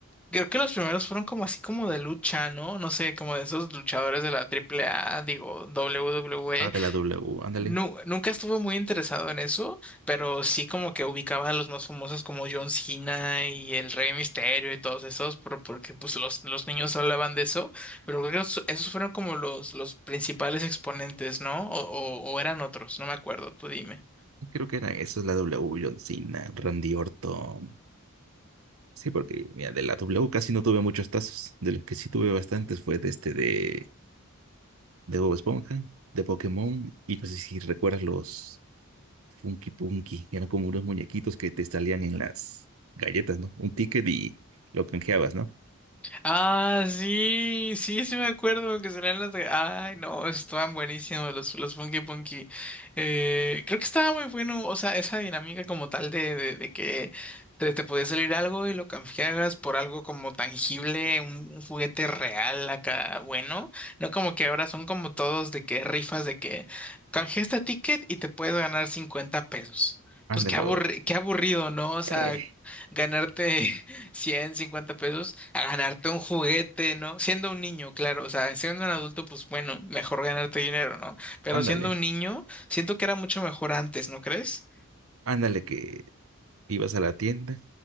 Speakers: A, in the centre; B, on the right.
A: Creo que los primeros fueron como así como de lucha, ¿no? No sé, como de esos luchadores de la triple A digo, WWE.
B: Ah, de la W, ándale.
A: Nu- nunca estuve muy interesado en eso, pero sí como que ubicaba a los más famosos como John Cena y el Rey Misterio y todos esos, por- porque pues los, los niños hablaban de eso, pero creo que esos esos fueron como los, los principales exponentes, ¿no? O, o, o eran otros, no me acuerdo, tú dime.
B: Creo que era esa es la W, John Cena, Randy Orton. Sí, porque mira, de la W casi no tuve muchos tazos. De los que sí tuve bastantes fue de este de, de Bob Esponja, de Pokémon, y no sé si recuerdas los. Funky Punky, que eran como unos muñequitos que te salían en las galletas, ¿no? Un ticket y lo canjeabas, ¿no?
A: Ah, sí, sí, sí me acuerdo que salían las... de- Ay, no, estaban buenísimos los, los Funky Punky. Eh, creo que estaba muy bueno, o sea, esa dinámica como tal de, de, de que te, te podía salir algo y lo canjeabas por algo como tangible, un, un juguete real acá, bueno. No como que ahora son como todos de que rifas de que canjea este ticket y te puedes ganar 50 pesos.
B: Ándale,
A: Pues qué aburri-
B: o,
A: qué aburrido, ¿no? O sea,
B: eh,
A: ganarte... 100, 50 pesos a ganarte un juguete, ¿no? Siendo un niño, claro, o sea, siendo un adulto, pues bueno, mejor ganarte dinero, ¿no? Pero
B: ándale,
A: siendo un niño, siento que era mucho mejor antes, ¿no crees?
B: ándale, que ibas a la tienda,